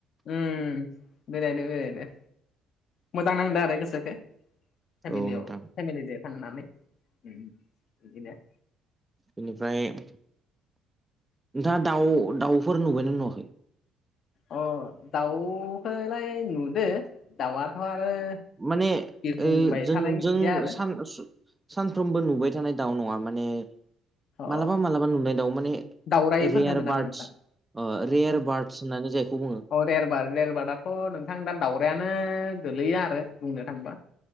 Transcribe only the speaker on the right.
औ नोंथां
बेनिफ्राय नोंथाङा दाउ दाउफोर नुबायना नुवाखै
माने
ओ जों
जों
सान सु सानफ्रोमबो नुबाय थानाय दाउ नङा माने
मालाबा मालाबा नुनाय दाउ माने
रेयार
बार्डस
अ रेयार बार्टस होननानै जायखौ बुङो